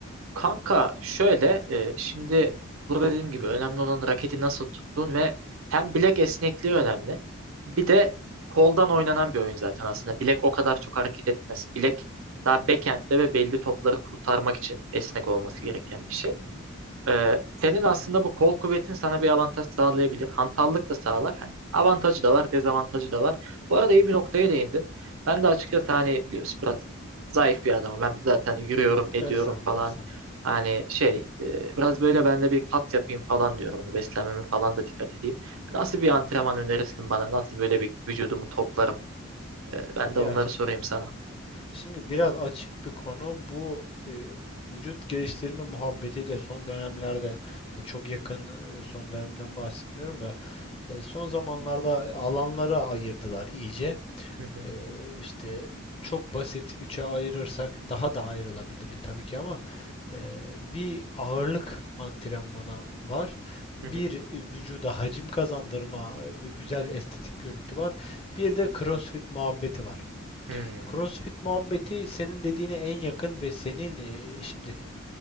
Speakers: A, on the right; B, on the left.
A: Kanka şöyle e, şimdi burada dediğim gibi önemli olan raketi nasıl tuttuğun ve hem bilek esnekliği önemli. Bir de koldan oynanan bir oyun zaten aslında. Bilek o kadar çok hareket etmez. Bilek daha backhand'de ve belli topları kurtarmak için esnek olması gereken bir şey.
B: Hı hı.
A: Ee, senin aslında bu kol kuvvetin sana bir avantaj sağlayabilir. Hantallık da sağlar. Hani avantajı da var, dezavantajı da var. Bu arada iyi bir noktaya değindin. Ben de açıkçası hani biliyorsun biraz zayıf bir adamım. Ben zaten yürüyorum, ediyorum
B: Estağfurullah,
A: falan.
B: estağfurullah.
A: Hani şey, e, biraz böyle ben de bir kat yapayım falan diyorum. Hani beslenmeme falan da dikkat edeyim. Nasıl bir antrenman önerirsin bana? Nasıl böyle bir vücudumu toplarım? Ee, ben
B: Ya
A: de bunları sorayım sana.
B: Şimdi biraz açık bir konu bu e, vücut geliştirme muhabbeti de son dönemlerde ya çok yakın e, son dönemden bahsetmiyorum da e, son zamanlarda alanlara ayırdılar iyice.
A: Hı hı,
B: E, işte çok basit üçe ayırırsak daha da ayrılabilir tabii ki ama e, bir ağırlık antrenmanı var. Bir
A: hı hı.
B: e, vücuda hacim kazandırma e, ve güzel estetik görüntü var. Bir de CrossFit muhabbeti var.
A: Hmm,
B: CrossFit muhabbeti senin dediğine en yakın ve senin e, şimdi